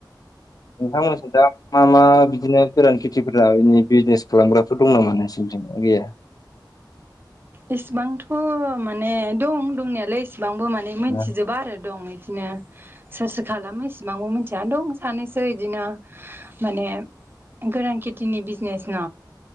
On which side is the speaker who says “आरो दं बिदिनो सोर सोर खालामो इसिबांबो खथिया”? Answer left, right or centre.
Right